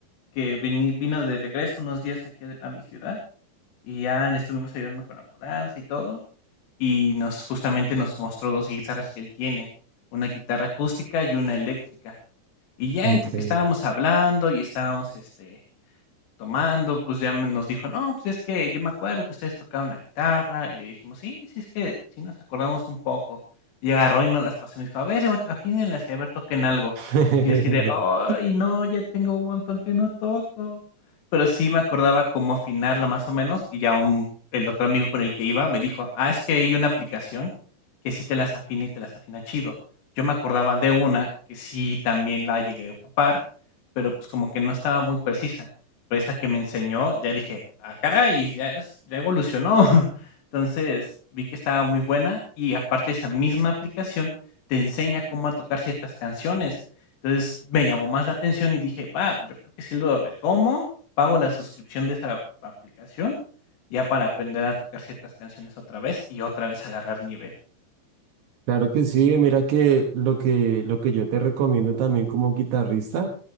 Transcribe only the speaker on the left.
que vini vino de regreso unos días aquí a a mi ciudad, y ya le estuvimos ayudando con la mudanza y todo, y nos justamente nos mostró 2 guitarras que él tiene, una guitarra acústica y una eléctrica. Y ya
entre que estábamos hablando y estábamos, este, tomando, pues, ya me nos dijo: "No, pues, es que yo me acuerdo que ustedes tocaban la guitarra", y le dijimos: "Sí, sí, es que sí nos acordamos un poco", y agarró y nos las pasó y nos dijo: "A ver, afínenlas y a ver, toquen algo",
y yo así de: "Ay, no, ya tengo un montón que no toco", pero sí me acordaba cómo afinarla más o menos, y ya un el otro amigo con el que iba me dijo: "Ah, es que hay una aplicación que sí te las afina y te las afina chido", yo me acordaba de una que sí también la llegué a ocupar, pero, pues, como que no estaba muy precisa. Esa que me enseñó, ya dije: "Ah, caray, ya es ya evolucionó". <laughs> Entonces, vi que estaba muy buena y aparte esa misma aplicación te enseña cómo a tocar ciertas canciones. Entonces, me llamó más la atención y dije: "Va, yo creo que si lo retomo, pago la suscripción de esa aplicación, ya para aprender a tocar ciertas canciones otra vez y otra vez agarrar nivel".